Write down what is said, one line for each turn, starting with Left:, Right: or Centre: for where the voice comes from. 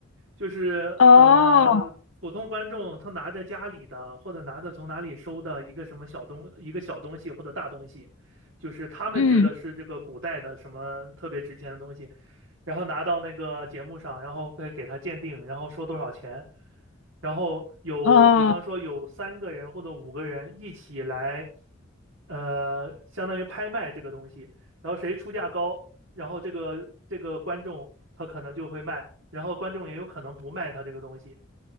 Right: 就是呃，
Left: 哦，
Right: 普通观众他拿着家里的或者拿着从哪里收的一个什么小东一个小东西或者大东西，就是他们觉得是这个古代的什么特别值钱的东西。
Left: 嗯，
Right: 然后拿到那个节目上，然后会给他鉴定，然后说多少钱，然后有比方说有三个人或者五个人一起来，
Left: 哦，
Right: 呃，相当于拍卖这个东西，然后谁出价高，然后这个这个观众他可能就会卖，然后观众也有可能不卖他这个东西，